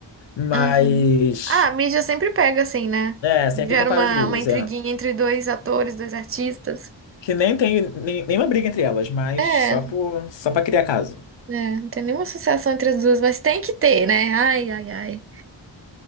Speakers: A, on the left; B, on the right.
A: Mas.
B: Aham. Ah, a mídia sempre pega assim, né?
A: É, sempre
B: Gera
A: compara
B: uma,
A: as duas,
B: uma intriguinha
A: é.
B: entre dois atores, dois artistas.
A: Que nem tem nem- nenhuma briga entre elas, mas
B: É,
A: só por, só pra criar caso.
B: é, não tem nenhuma associação entre as duas, mas tem que ter, né? Ai, ai, ai.